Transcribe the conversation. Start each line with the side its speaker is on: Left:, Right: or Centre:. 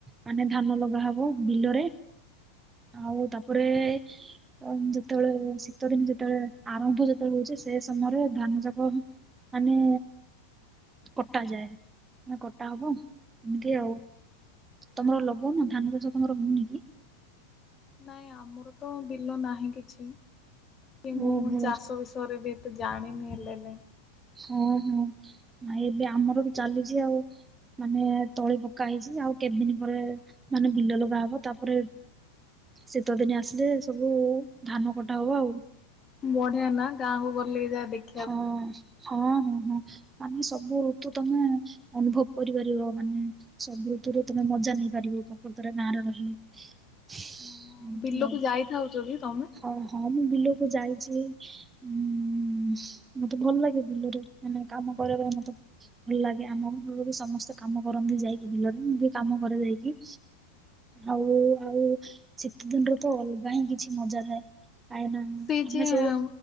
Right: ମାନେ ଧାନ ଲଗା ହବ ବିଲରେ ଆଉ ତାପରେ ଯେତେବେଳେ ଶୀତ ଦିନ ଯେତେବେଳେ ଆରମ୍ଭ ଯେତେବେଳେ ହଉଛି ସେ ସମୟରେ ଧାନ ଯାକ ମାନେ କଟା ଯାଏ, ମାନେ କଟା ହବ ଏମିତି ଆଉ। ତମର
Left: ହଁ।
Right: ଲଗଉନ ଧାନ ଚାଷ ତମର ହଉନି କି?
Left: ନାଇଁ ଆମର ତ ବିଲ ନାହିଁ କିଛି କି ମୁଁ
Right: ଓହୋ
Left: ଚାଷ ବି ପରେ ବି ଏତେ ଜାଣିନି ହେଲେ ଲେ।
Right: ହଁ, ହଁ, ନା ଇଁ ଏବେ ଆମର ବି ଚାଲିଛି ଆଉ। ମାନେ ତଳି ପକା ହେଇଛି ଆଉ କେତେ ଦିନ ପରେ ମାନେ ବିଲ ଲଗା ହବ ତା ପରେ ଶୀତ ଦିନ ଆସିଲେ ସବୁ ଧାନ କଟା ହବ ଆଉ।
Left: ବଢିଆ ନା ଗାଁକୁ ଗଲେ ଯାହା ଦେଖି
Right: ହଁ, ହଁ, ହଁ, ହଁ, ଆମେ ସବୁ ଋତୁ ତମେ ଅନୁଭବ କରିପାରିବ ମାନେ ସବୁ ଋତୁରେ ତମେ ମଜା ନେଇପାରିବ ପ୍ରକୁତରେ ଗାଁ ରେ ରହିଲେ।
Left: ଓ
Right: ଏମିତି
Left: ବିଲକୁ
Right: ଆଉ
Left: ଯାଇ ଥାଉଛ କି ତମେ।
Right: ହଁ, ହଁ, ମୁଁ ବିଲକୁ ଯାଇଛି। ହୁଁ, ମତେ ଭଲ ଲାଗେ ବିଲରେ ମାନେ କାମ କରିବା ପାଇଁ ମତେ ଭଲ ଲାଗେ ଆମ ଘରେ ବି ସମସ୍ତେ କାମ କରନ୍ତି ଯାଇକି ବିଲରେ ମୁଁ ବି କାମ କରେ ଯାଇକି। ଆଉ, ଆଉ ଶୀତ ଦିନରେ ତ ଅଲଗା ହିଁ କିଛି ମଜା ଥାଏ। କାହିଁକିନା
Left: ସି
Right: ଆମେ
Left: ଯେ
Right: ସବୁ
Left: ଆ